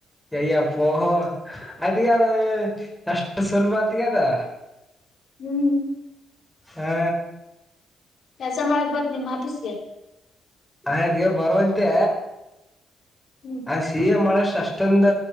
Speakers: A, in the centre; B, on the left.
A: ಯೈ ಯಪ್ಪೋ ಅದಿಕೆದದು ಅದಷ್ಟು ಸುಲ್ಬಾ ಅತ್ಗೆದು.
B: ಹ್ಮ್.
A: ಹಾ.
B: ಕೆಲ್ಸ ಮಾಡಕ್ ಬರ್ತಾ ನಿಮ್ಮ್ ಆಪೀಸ್ಗೆ
A: ಆಯ್ತ ಗೇ ಬರುವಂತೆ
B: ಹ್ಮ್
A: ಆ ಸಿಹ ಮಾಡಷ್ಟ ಅಷ್ಟ ತಂದ